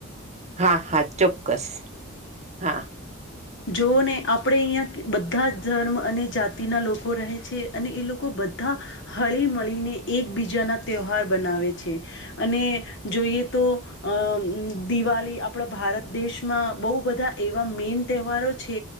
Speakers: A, on the right; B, on the left.
A: હા હા ચોક્કસ હા.
B: જોવો ને આપણેે અહીંયા બધા જ ધર્મ અને જાતિના લોકો રહે છે. અને એ લોકો બધા હળી મળીને એકબીજાના તહેવાર બનાવે છે. અને જોઈએ તો અ દિવાળી આપડા ભારત દેશમાં બહુ બધા એવા મેન તહેવારો છે.